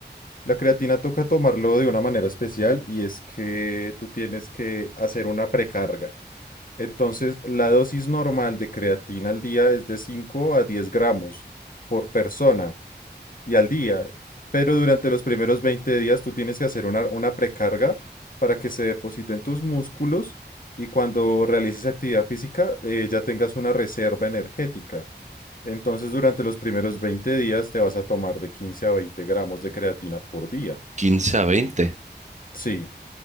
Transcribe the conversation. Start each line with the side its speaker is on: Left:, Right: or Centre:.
Left: la creatina toca tomarlo de una manera especial y es que tú tienes que hacer una precarga. Entonces, la dosis normal de creatina al día es de 5 a 10 gramos por persona. y al día. Pero durante los primeros 20 días tú tienes que hacer una, una precarga para que se depositen tus músculos y cuando realices actividad física eh, ya tengas una reserva energética. Entonces durante los primeros 20 días te vas a tomar de 15 a 20 gramos de creatina por día.
Right: quince a veinte.
Left: Sí,